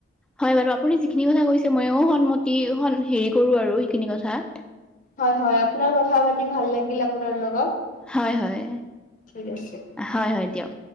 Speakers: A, in the centre; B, on the left (about 40°).
A: হয় বাৰু আপুনি যিখিনি কথা কৈছে ময়ও সন্মতি হেৰি কৰো আৰু সেইখিনি কথা
B: হয়, হয় আপোনাৰ কথা পাতি ভাল লাগিল আপোনাৰ লগত
A: হয়, হয়,
B: ঠিক আছে
A: হয়, হয় দিয়ক।